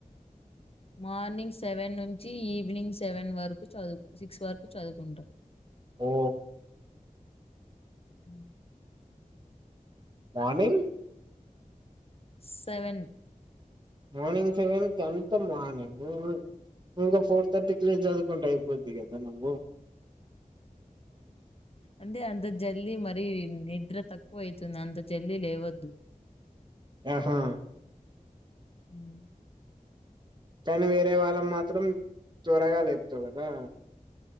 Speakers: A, on the left; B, on the right.
A: మార్నింగ్ సెవెన్ నుంచి ఈవినింగ్ సెవెన్ వరకు చదువు సిక్స్ వరకు చదువుకుంట.
B: ఓ
A: ఉ
B: మార్నింగ్
A: సెవెన్
B: మార్నింగ్ సెవెన్ కి అంత మార్నింగ్ ఇంగా ఫోర్ తర్టీకి లేచి చదువుకుంటె అయ్యిపోద్ది కదా నువ్వు
A: అందే అంత జల్లి మరీ నిద్ర తక్ తక్కువతుంది అంత జల్ది లేవద్దు
B: ఆహా
A: ఉహ్
B: కానీ వేరే వాళ్ళం మాత్రం త్వరగా లేపుతావు కదా